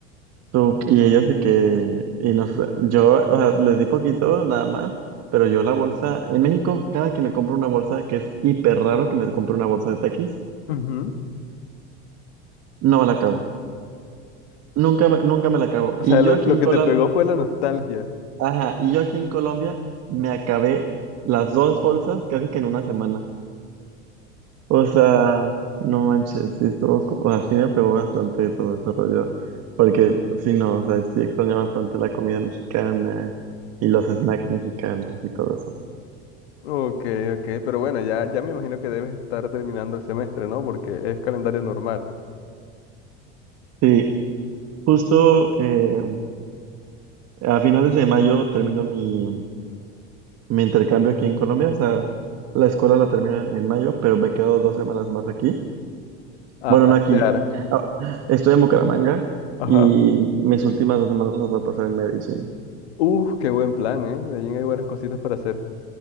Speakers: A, on the right; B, on the left.
A: Tú- y ellos de que, y no sé, yo, o sea, les di poquito nada más, pero yo la bolsa, en México, cada que me compro una bolsa, que es hiper raro que me compre una bolsa de Takis,
B: Ujú.
A: no me la acabo. Nunca me, nunca me la acabo.
B: O sea,
A: Y yo
B: lo,
A: aquí
B: lo
A: en
B: que
A: Colombia,
B: te pegó fue la nostalgia.
A: ajá, y yo aquí en Colombia me acabé las dos bolsas casi que en una semana. O sea, no manches, sí estuvo, co- o sea, sí me pegó bastante todo ese rollo, porque sí, no, o sea, sí extraño bastante la comida mexicana y los snacks mexicanos y todo eso.
B: Ok, ok, pero bueno, ya, ya me imagino que debes estar terminando el semestre, ¿no? Porque es calendario normal.
A: Sí, justo eh, a finales de mayo termino mi, mi intercambio aquí en Colombia. O sea, la escuela la termino en mayo, pero me quedo dos semanas más aquí. Bueno,
B: A pasear.
A: no aquí. ah, estoy en Bucaramanga
B: Ajá.
A: y mis últimas dos semanas las voy a pasar en Medellín.
B: Uf, qué buen plan, ¿eh? Medellín hay buenas cositas para hacer.